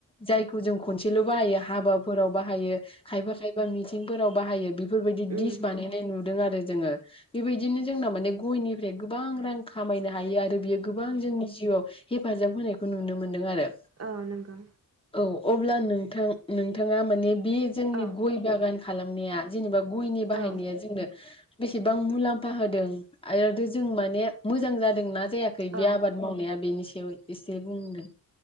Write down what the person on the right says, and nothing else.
नंगौ
औ नंगौ
औ
औ
औ